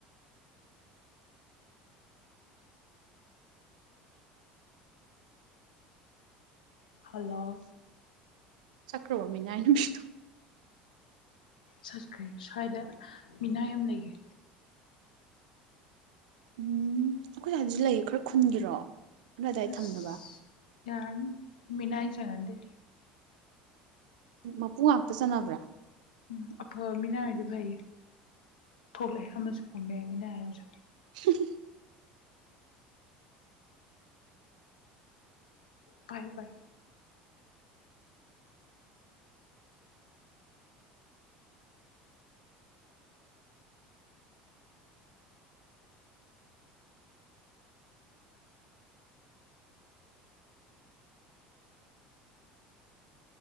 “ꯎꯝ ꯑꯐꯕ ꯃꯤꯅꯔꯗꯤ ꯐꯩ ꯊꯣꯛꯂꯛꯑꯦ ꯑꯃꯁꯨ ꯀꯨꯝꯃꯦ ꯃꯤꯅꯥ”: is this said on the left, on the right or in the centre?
Left